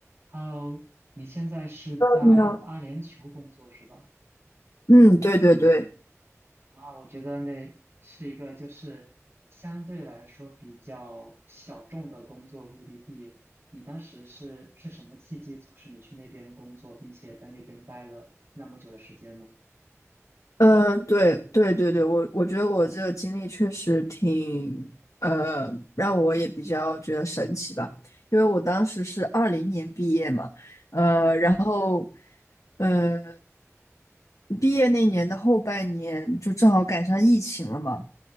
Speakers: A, on the right; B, on the left.
A: Hello，你现在是在阿联酋工作是吧？
B: 你好，嗯，对对对，
A: 哇，我觉得那是一个就是相对来说比较小众的工作目的地。你当时是是什么契机促使你去那边工作，并且在那边待了那么久的时间呢？
B: 嗯，对对对对，我我觉得我这个经历确实挺，呃，让我也比较觉得神奇吧，因为我当时是二零年毕业嘛，呃，然后，呃，毕业那年的后半年就正好赶上疫情了嘛，